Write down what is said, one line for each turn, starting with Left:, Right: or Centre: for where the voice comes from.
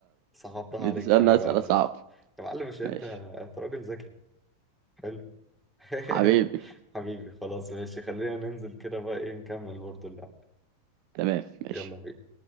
Centre: صعبتها
Right: بتسألني
Centre: عليك شوية
Right: اسئلة
Centre: بقى معلش
Right: صعبة
Centre: يا معلم مش انت
Right: ماشي
Centre: انت راجل ذكي حلو <laughs>
Right: حبيبي
Centre: حبيبي خلاص ماشي خلينا ننزل كده بقى ايه نكمل برضه اللعب
Right: تمام ماشي
Centre: يلا بينا